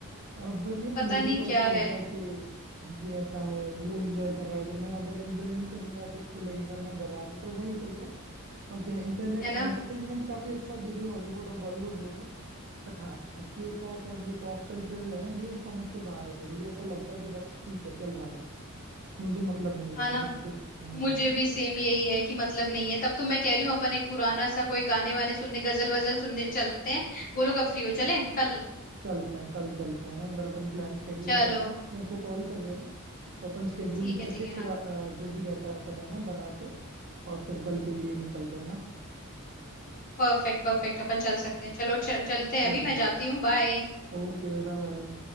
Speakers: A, on the right; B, on the left.
A: और अब वही है
B: पता
A: कि लोगों
B: नहीं
A: को ऐसा
B: क्या
A: हो
B: है
A: गया कि ये ऐसा है वो एंजॉय कर रहा है तो मैं अगर एंजॉय नहीं करूंगा तो उसको लगेगा मैं गंवार हूं तो वही चल रहा है बाकी हाँ इंटरनेट
B: है ना
A: एंटरटेनमेंट काफी अच्छा दे रही है हॉलीवुड और बॉलीवुड दोनों ही बट हाँ के पॉप और ये पॉप कल्चर जो है ना ये समझ से बाहर है मेरे ये ऐसा लगता है कि बस ठीक है चल रहा है मुझे मतलब नहीं है उस
B: हाँ ना
A: चीज से हम्म
B: मुझे भी सेम यही है कि मतलब नहीं है तब तो मैं कह रही हूँ अपन एक पुराना सा कोई गाने वाने सुनने गजल वजल सुनने चलते हैं बोलो कब फ्री हो चले कल
A: चलते हैं कल चलते हैं ना एक बार अपन प्लान स्केड्यूल
B: चलो
A: करते हैं आप मेरे को कॉल कर देना तो अपन स्केड्यूल
B: ठीक
A: करके
B: है ठीक है हाँ
A: फिर अ, जो भी रहता है अपन है ना बना के और फिर कल के लिए निकलते हैं ना
B: परफेक्ट परफेक्ट अपन चल सकते हैं चलो च, चलते
A: चलो
B: हैं अभी मैं जाती हूँ बाय
A: ओके बाय बाय